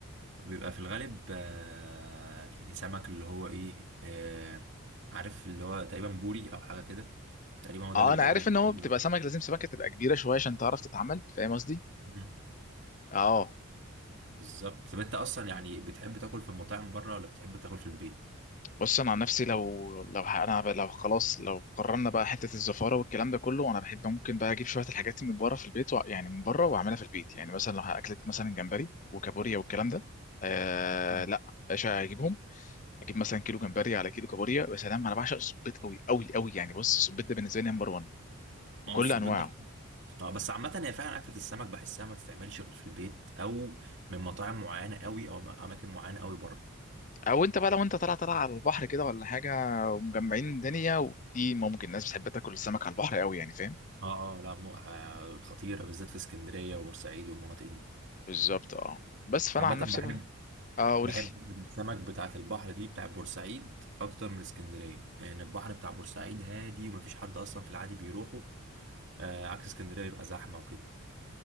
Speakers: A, on the right; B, on the left.
A: بيبقى في الغالب آه، يعني سمك اللي هو ايه آه، عارف اللي هو تقريبا بوري او حاجه كده تقريبا هو ده
B: اه
A: اللي بيتقال
B: انا عارف
A: عليه <laughs>
B: ان هو
A: تقريباً.
B: بتبقى سمك لازم سمكه تبقى كبيره شويه عشان تعرف تتعمل فاهم قصدي
A: مم.
B: اه
A: بالظبط طب انت اصلا
B: اوكي
A: يعني بتحب تاكل في المطاعم بره ولا بتحب تاكل في البيت
B: بص انا عن نفسي لو لو ه- انا ب- لو خلاص لو قررنا بقى حته الزفاره والكلام ده كله انا بحب ممكن بقى اجيب شويه الحاجات من بره في البيت وع- يعني من بره واعملها في البيت يعني مثلا لو هاكلت مثلا جمبري وكابوريا والكلام ده آه
A: مم.
B: لا ايش هجيبهم اجيب مثلا كيلو جمبري على كيلو كابوريا يا سلام انا بعشق السبيط قوي قوي قوي يعني بص السبيط ده بالنسبه لي نمبر 1
A: ما
B: بكل
A: هو السبيط
B: انواعه
A: ده اه بس عامة هي فعلا أكلة السمك بحسها ما تتعملش غير في البيت أو من مطاعم معينة قوي أو من أماكن معينة قوي بره
B: او انت بقى لو انت طالع طالع على البحر كده ولا حاجه ومجمعين الدنيا ودي ممكن الناس بتحب تاكل السمك على البحر قوي يعني فاهم
A: اه اه لا مو آه خطيرة بالذات في اسكندرية وبورسعيد والمناطق دي
B: بالظبط اه بس فانا
A: عامة
B: عن نفسي
A: بحب
B: بقى اه قول
A: بحب
B: لي
A: السمك بتاعت البحر دي بتاع بورسعيد اكتر من اسكندريه يعني البحر بتاع بورسعيد هادي ومفيش حد اصلا في العادي بيروحه آه عكس اسكندريه بيبقى زحمه وكده